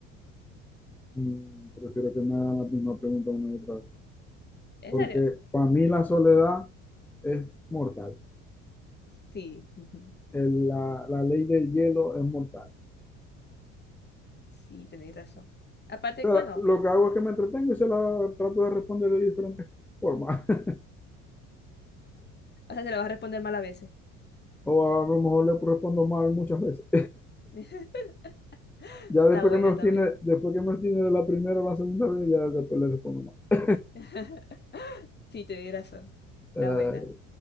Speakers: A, in the centre; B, on the left (about 25°).
A: Mm, Prefiero que me hagan la misma pregunta una y otra vez.
B: ¿En
A: Porque
B: serio?
A: para mí la soledad es mortal.
B: Sí. <laughs>
A: El- la, la ley del hielo es mortal.
B: Sí, tenéis razón. Aparte,
A: O sea,
B: bueno.
A: lo
B: <laughs>
A: que hago es que me entretengo y se la trato de responder de diferentes formas. <laughs>
B: O sea, se la vas a responder mal a veces.
A: O a lo mejor le respondo mal muchas veces.
B: <laughs> Está
A: Ya después
B: buena,
A: que me obstine,
B: está buena.
A: después que me obstine de la primera o la segunda vez, ya después le respondo más.
B: <laughs> Sí, tenéis razón. Está
A: Eh,
B: buena.